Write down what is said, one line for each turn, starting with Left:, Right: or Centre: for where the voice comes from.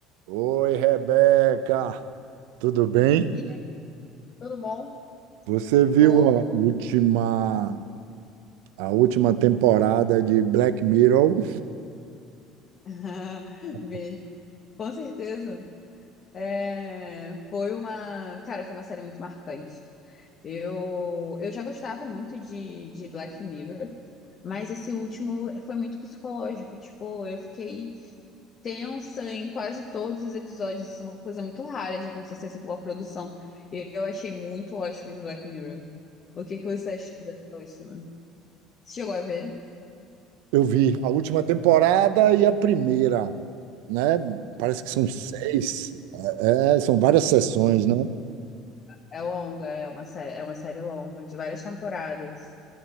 Right: Oi, Rebeca, tudo bem?
Left: E aí, tudo bom?
Right: Você viu
Left: Tô.
Right: a última, a última temporada de Black Mirror?
Left: <laughs>
Right: <laughs>
Left: Vi. Com certeza. É, foi uma, cara, foi uma série muito marcante. Eu, eu já gostava muito de, de Black Mirror, mas esse último foi muito psicológico. Tipo, eu fiquei tensa em quase todos os episódios. Isso é uma coisa muito rara de acontecer assim, com uma produção. E Eu achei muito ótimo de Black Mirror. O que que você achou dessa última? Você chegou a ver?
Right: Eu vi a última temporada e a primeira, né? Parece que são seis, é, é, são várias sessões, né?
Left: É longa, é uma série, é uma série longa, de várias temporadas.